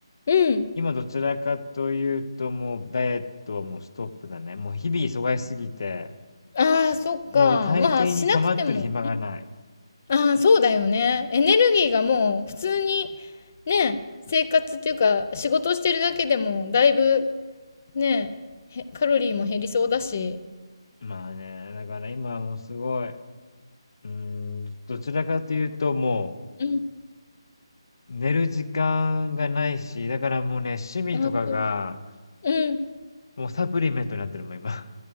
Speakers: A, on the left (about 25°); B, on the left (about 50°).
A: うん。
B: 今どちらかというともうダイエットはもうストップだね。もう日々忙しすぎて、
A: ああ、そっか。
B: もう体型に構ってる暇がない。
A: まあ、しなくても。ああ、そうだよね。エネルギーがもう普通にね、生活っていうか仕事をしてるだけでもだいぶね、へカロリーも減りそうだし。
B: まあね、だから今はもうすごい、うーん、どちらかというとも
A: うん。
B: う寝る時間がないし、だからもうね、趣味とかが、
A: あと、うん。
B: もうサプリメントになってるもん、今。